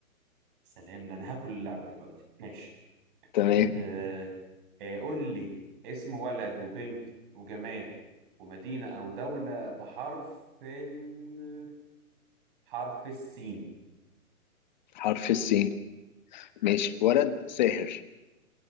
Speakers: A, on the right (about 35°); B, on the left (about 30°).
A: سلام ده انا هاكل اللعبة دلوقتي ماشي
B: تمام
A: آه آه قول لي اسم ولد وبنت وجماد ومدينة أو دولة بحرف ال... حرف السين
B: حرف السين ماشي ولد ساهر